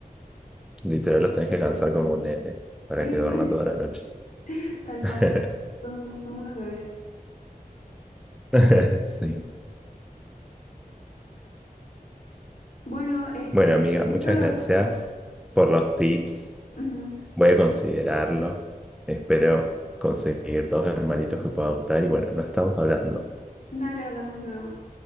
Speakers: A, in the centre; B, on the left (about 55°).
A: Literal los tenés que cansar como un nene para
B: Sí,
A: que duerma
B: sí,
A: toda la noche.
B: <laughs> tal cual.
A: <laughs>
B: Son, son unos bebés.
A: <laughs> Sí.
B: Bueno, este,
A: Bueno, amiga,
B: justo
A: muchas
B: lo
A: gracias
B: tengo.
A: por los tips.
B: Ujú.
A: Voy a considerarlo. Espero conseguir dos hermanitos que pueda adoptar y bueno, nos estamos hablando.
B: Dale, hablamos luego.